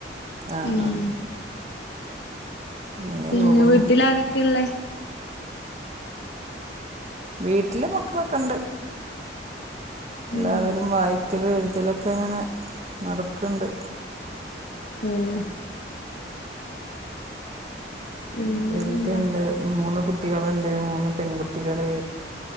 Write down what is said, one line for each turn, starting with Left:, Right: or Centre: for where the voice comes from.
Right: ആഹ്,
Left: ഉം
Right: ആഹ് ഇങ്ങനെപോകുന്നു.
Left: പിന്നെ വീട്ടിലാരൊക്കെള്ളേ
Right: വീട്ടില് മക്കളൊക്കെ ഇണ്ട്. എല്ലാവരും
Left: ഉം
Right: വായിക്കലും എഴുതലൊക്കെ ഇങ്ങനെ നടക്കണ്ട്.
Left: ഉം ഉം
Right: വലുതുണ്ട് മൂന്ന് കുട്ടികൾണ്ട് മൂന്ന് പെൺകുട്ടികള്.